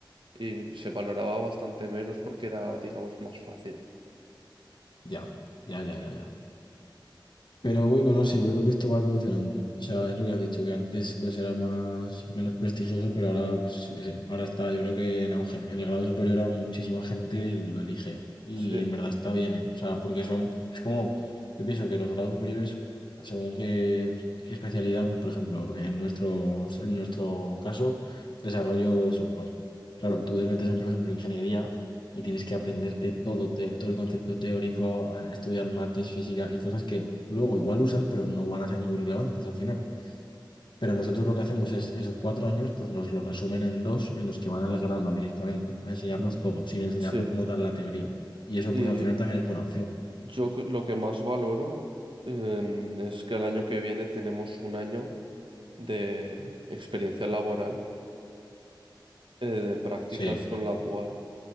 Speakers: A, on the right; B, on the left.
A: y se valoraba bastante menos porque era, digamos, más fácil.
B: Ya, ya, ya, ya, ya. Pero bueno, no sé, yo creo que esto va evolucionando. O sea, es lo que has dicho, que antes pues era más, menos prestigioso, pero ahora, pues yo qué sé, ahora está, yo creo que en auge. El grado superior a muchísima gente lo elige. Y
A: Sí.
B: en verdad está bien, ¿eh? O sea, porque son, es como, yo pienso que los grados superiores, según qué, qué especialidad, pues por ejemplo, en nuestros, en nuestro caso, desarrollo software. Claro, tú te metes en, por ejemplo, ingeniería y tienes que aprenderte todo, te- todo el concepto teórico, a estudiar mates, física y cosas que luego igual usas, pero no van a ser muy relevantes al final. Pero nosotros lo que hacemos es esos cuatro años, pues nos los resumen en dos en los que van al grano directamente, a enseñarnos
A: Mm.
B: todo, sin enseñarnos
A: Sí.
B: como tal la teoría. Y eso
A: Y
B: pues al final también es buena opción.
A: yo c- lo que más valoro em, es que el año que viene tenemos un año de experiencia laboral, eh, de prácticas
B: Sí,
A: con la dual,